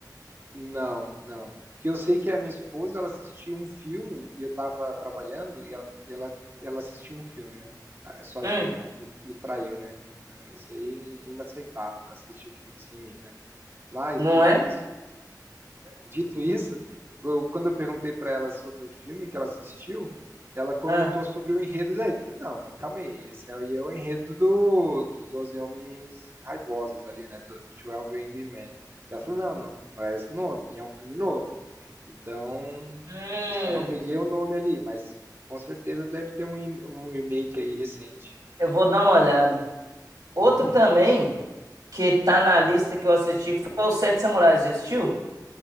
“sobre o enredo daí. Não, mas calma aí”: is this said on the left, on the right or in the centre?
Right